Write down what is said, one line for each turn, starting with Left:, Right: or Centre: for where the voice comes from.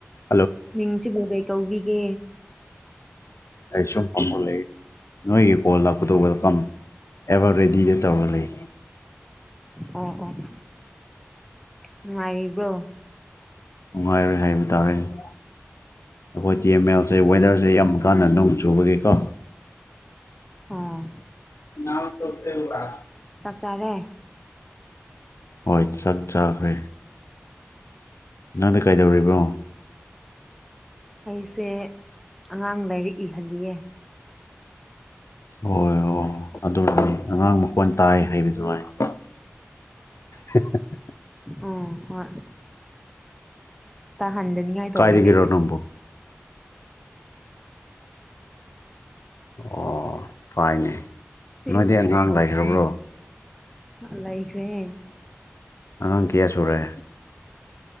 Left: ꯍꯣꯢ
Centre: ꯃꯤꯡꯁꯤꯕꯨ ꯀꯩ ꯀꯧꯕꯤꯒꯦ
Left: ꯑꯩ ꯁꯨꯝ ꯐꯝꯃꯒ ꯂꯩꯌꯦ ꯅꯣꯏꯒꯤ ꯕꯣꯜ ꯂꯥꯛꯄꯗꯨꯒ
Centre: ꯑꯣ
Left: ꯀꯣ ꯑꯦꯕꯔ ꯔꯦꯗꯤꯗꯤ ꯇꯧꯔ ꯂꯩ
Centre: ꯑꯣ ꯑꯣ ꯅꯨꯡꯉꯥꯏꯔꯤꯕ꯭ꯔꯣ
Left: ꯅꯨꯡꯉꯥꯏꯔꯤ ꯍꯥꯏꯕ ꯇꯥꯔꯦ ꯑꯩꯈꯣꯏ ꯇꯤ ꯑꯦꯝ ꯑꯦꯜꯁꯦ ꯋꯦꯗꯔꯁꯦ ꯌꯥꯝ ꯀꯥꯟꯅ ꯅꯨꯡ ꯆꯨꯕꯒꯤ ꯀꯣ
Centre: ꯑꯣ
Left: ꯅꯥꯞ ꯇꯣꯟ ꯁꯦꯟ ꯔ
Centre: ꯆꯥꯛ ꯆꯥꯔꯦ
Left: ꯍꯣꯏ ꯆꯥꯛ ꯆꯥꯒ꯭ꯔꯦ ꯅꯪꯗꯤ ꯀꯩꯗꯧꯔꯤꯕꯅꯣ
Centre: ꯑꯩꯁꯦ ꯑꯉꯥꯡ ꯂꯥꯏꯔꯤꯛ ꯏꯍꯜꯂꯤꯌꯦ
Left: ꯍꯣꯏ ꯍꯣ ꯑꯗꯨꯅꯤ ꯑꯉꯥꯡ ꯃꯈꯣꯟ ꯇꯥꯏ ꯍꯥꯏꯕꯗꯨ ꯑꯩ ꯍ ꯍ ꯍ
Centre: ꯎꯝ ꯍꯣꯏ ꯇꯥ ꯍꯟꯗꯅꯤꯡ ꯉꯥꯏ ꯇꯧꯔꯤꯅꯦ
Left: ꯀꯥꯏꯗꯒꯤꯔꯣ ꯅꯪꯕꯨ ꯑꯣ ꯇꯥꯏꯅꯦ
Centre: ꯁꯤ
Left: ꯅꯣꯏꯗꯤ ꯑꯉꯥꯡ ꯂꯩꯈ꯭ꯔꯕ꯭ꯔꯣ
Centre: ꯑ ꯂꯩ ꯈ꯭ꯔꯦ
Left: ꯑꯉꯥꯡ ꯀꯌꯥ ꯁꯨꯔꯦ